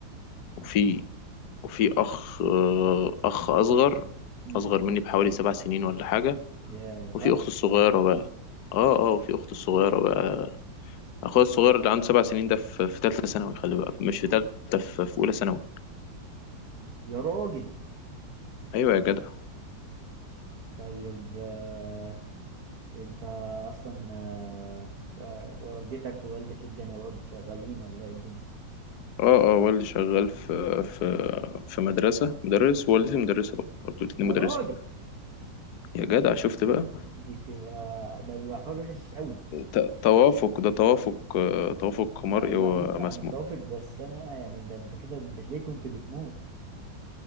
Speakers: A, on the left (about 65°); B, on the right (about 55°).
A: وفي
B: مم.
A: وفي أخ آه، أخ أصغر
B: مم.
A: أصغر مني بحوالي سبع سنين ولا حاجة
B: يا ده
A: وفي
B: فرق
A: أخت الصغيرة بقى اه اه وفي أخت الصغيرة بقى أخويا الصغير اللي عنده سبع سنين ده في في تالتة ثانوي خلي بقى مش في تالتة في في أولى ثانوي
B: يا راجل
A: أيوة يا جدع
B: طيب آه، انت اصلا آه، آه، والدتك ووالدك إيه الدنيا برضه شغالين ولا ايه الدنيا
A: اه اه والدي شغال في في في مدرسة مدرس ووالدتي مدرسة برضه الاتنين
B: يا
A: مدرسين
B: راجل
A: يا جدع شفت بقى
B: دي تبقى ده بيبقى حوار وحش قوي
A: ت- توافق ده توافق آه، توافق مرئي
B: آه، بعيدا
A: ومسموع
B: عن التوافق بس انا يعني ده انت كده ده انت ليه كنت بتموت